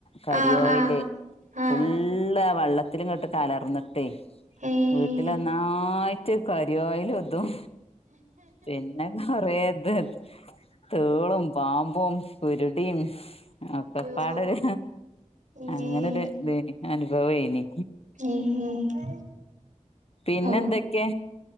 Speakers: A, on the left; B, on the right.
A: കരി
B: ആഹ്
A: ഓയില്
B: ആഹ് ആഹ്
A: ഫുള്ള് ഫുള്ള് ആ വെള്ളത്തിലുംങ്ങട്ട് കലർന്നിട്ടെ
B: ഏഹ്
A: വീട്ടിലന്നായി റ്റ് കരി ഓയിലതും പിന്നെ കൊറേ ഇത് തേളും പാമ്പും പുരുടിയും ഒക്കപ്പാടര്
B: യ്യോ ഏഹ്
A: അങ്ങനെരു ഇതനി അനുഭവേനി
B: ഏഹ്
A: പിന്നെന്തൊക്കെ
B: ഔ